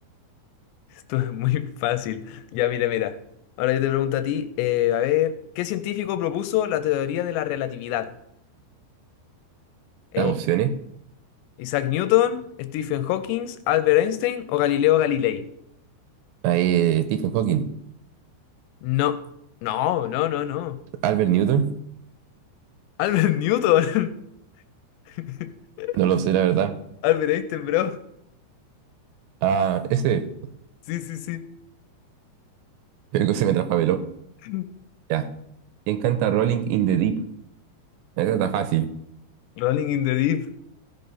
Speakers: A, on the left (about 80°); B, on the right (about 80°).
A: <laughs> Esto es muy fácil. Ya, mira, mira. Ahora yo te pregunto a ti, eh, a ver, ¿qué científico propuso la teoría de la relatividad? Eh,
B: Las opciones.
A: ¿Isaac Newton, Stephen Hawking, Albert Einstein o Galileo Galilei?
B: Ahí, eh, Stephen Hawking,
A: No, no, no, no, no.
B: Albert Newton.
A: Albert Newton. <laughs>
B: No lo sé, la verdad.
A: Albert Einstein, bro.
B: Ah, ese,
A: Sí, sí, sí.
B: <laughs> creo se me traspapeló.
A: <laughs>
B: Ya. ¿Quién canta Rolling in the Deep? Esa está fácil.
A: Rolling in the Deep.